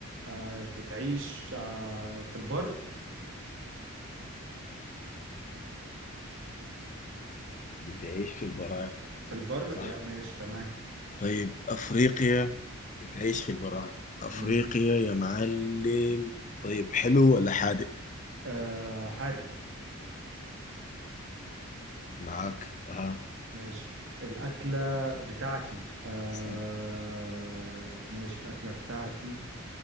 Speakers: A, on the right; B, on the left.
A: آه بتعيش آه في البر
B: بتعيش في البراعم
A: في البر
B: صح
A: يا ماشي تمام
B: طيب أفريقيا بتعيش في البراءة أفريقيا
A: مم.
B: يا معلم طيب حلو ولا حادق
A: آه حادق
B: معاك أها
A: ماشي الاكله بتاعتي آه
B: أسأل
A: ماشي الاكله بتاعتي